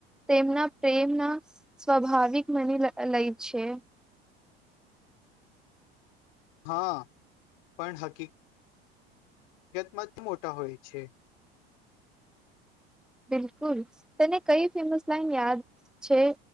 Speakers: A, in the centre; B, on the left.
A: તેમના પ્રેમ ના સ્વાભાવિક મની લઈ છે
B: હા પણ હકીક હકીકતમાં મોટા હોય છે
A: બિલકુલ તેને કઈ ફેમસ લાઈન યાદ છે